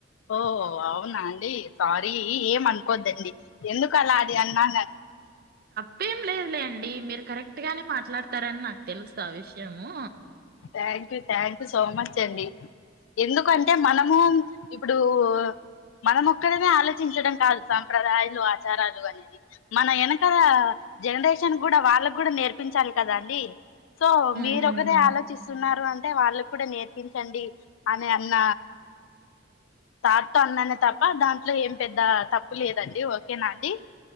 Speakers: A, on the left; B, on the right.
A: ఓ అవునా అండి. సారీ ఎంఅనుకోద్దండి. ఎందుకలా అది అన్నాను
B: తప్పెం లేదులేండి. మీరు కరెక్ట్ గానే మాట్లాడతారని నాకు తెలుసు ఆ విషయము.
A: థ్యాంక్యూ థ్యాంక్యూ సో మచ్ అండి. ఎందుకంటే మనము ఇప్పుడు మనం ఒక్కరమే ఆలోచించడం కాదు సాంప్రదాయాలు, ఆచారాలు అనేది. మన వెనకాల జనరేషన్ కూడా వాళ్ళకు కూడా నేర్పించాలి కదా అండి. సో మీరు
B: ఉమ్
A: ఒకదే ఆలోచ ఉన్నారు అంటే వాళ్ళకు కూడా నేర్పించండి అని అన్న తాట్తో అన్నానే తప్ప దాంట్లో ఏం పెద్ద తప్పు లేదండి ఓకే నా అండి.